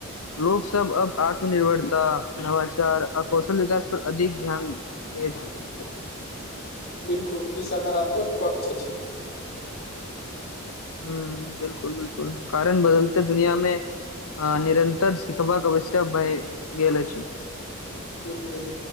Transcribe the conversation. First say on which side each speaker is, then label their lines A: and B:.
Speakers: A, on the left; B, on the left.
A: लोग सब अब। आत्मनिर्भरता। नवाचार। आ कौशल विकास पर अधिक ध्यान। दीये छ
B: बिलकुल ई सकारात्मक पक्ष अछि।
A: ह बिलकुल बिलकुल कारण बदलते दुनियामे निरन्तर सिखबाक अवश्या भए गेल अछि।
B: बिलकुल